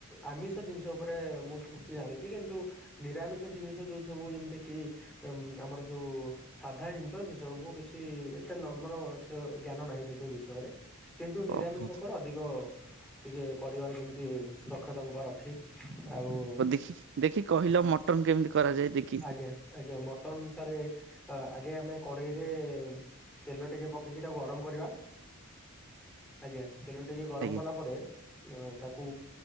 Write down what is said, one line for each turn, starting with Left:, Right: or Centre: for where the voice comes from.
Centre: ଆମିଷ ଜିନିଷ ଉପରେ ମୁଁ ସବୁ କିଛି ଜାଣିଛି। କିନ୍ତୁ ନିରାମିଷ ଜିନିଷ ଯୋଉ ସବୁ ଯେମିତି କିି ଏମ ଆମର ଯୋଉ ସାଧା ଜିନିଷ, ସେ ତ ମୁଁ କିଛି ଏତେ ନମର ସ ଜ୍ଞାନ ନାହିଁ ସେ ସବୁ ବିଷୟରେ। କିନ୍ତୁ ନିରାମିଷ
Right: ଓହୋ
Centre: ଉପରେ ଅ ଧିକ ଟିକେ କରିବାର ଯେମିତି ଦକ୍ଷତା ମୋ ପାଖରେ ଅଛି। ଆଉ
Right: ହଉ ଦେଖି, ଦେଖି କହିଲ ମଟନ କେମିତି କରାଯାଏ ଦେଖି?
Centre: ଆଜ୍ଞା ଆଜ୍ଞା। ମଟନ ସାରେ, ଆଗେ ଆମେ କଡେଇରେ ତେଲ ଟିକେ ପକେଇକି ତାକୁ ଗରମ କରିବା। ଆଜ୍ଞା। ତେଲ ଟିକେ ଗରମ
Right: ଆଜ୍ଞା।
Centre: କଲା ପରେ, ତାକୁ